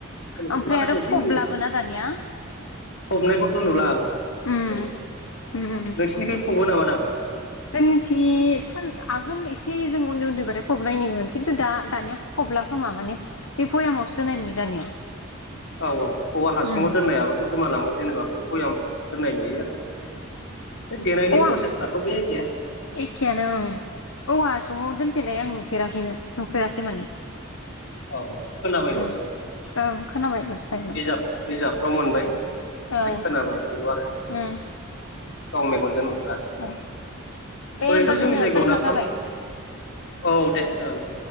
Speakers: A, on the left; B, on the left.
A: जेनेबा
B: ओमफ्राय
A: माखासे
B: आरो फब
A: दै
B: लाबोना दानिया?
A: फबनायखौथ' नुला नोंसिरनिखै
B: उम उम उम
A: फबो नामा दाबो?
B: जोंनिथि सान आगोल एसे जों उन्दै उन्दै बथाय फब नायनायनिमोन खिन्थु दा दानिया फब- थब्ला खोमा माने बे भयामावसो दोननाय नुयो दानिया।
A: औ औ औवा हासुंव
B: उम
A: दोननायाबोथ' गोमालांबाय जेनेबा बे ब'याम दोननाय नुयो आरो। बे देनायनि
B: औ अ
A: प्रसेसफ्राथ' बे एखे
B: एखेयानो‌ औवा हासुङाव दोनफेरनाय आं नुफेराखैनो माने
A: औ खोनाबायल'सो
B: उम ओं खोनाबायल'सो दायोमोन
A: बिजाब बिजाबफ्राव मोनबाय ओमफ्राय
B: ओं
A: खोनाबाय बेल' आरो
B: उम
A: गाव मेगनजों नुखासै
B: औ दे
A: ओरैनोथ'
B: होमबा
A: जोंनि
B: जोंनिया
A: जायगायाव
B: टाइमा
A: नाफाम
B: जाबाय
A: औ दे जागोन दे।